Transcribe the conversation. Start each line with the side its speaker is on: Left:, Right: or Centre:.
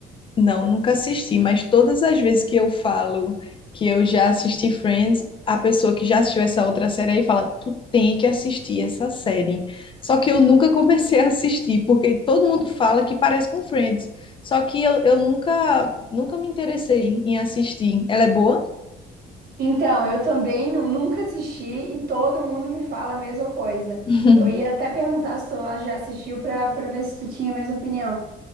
Left: Não, nunca assisti, mas todas as vezes que eu falo que eu já assisti Friends, a pessoa que já assistiu essa outra série aí fala: Tu tem que assistir essa série. Só que eu nunca comecei a assistir, porque todo
Right: E-
Left: mundo fala que parece com Friends. Só que eu, eu nunca, nunca me interessei em assistir. Ela é boa?
Right: Então, eu também nu- nunca assisti e todo mundo me fala a mesma coisa.
Left: <laughs>
Right: Eu ia até perguntar se tu já assistiu pra para ver se tu tinha a mesma opinião.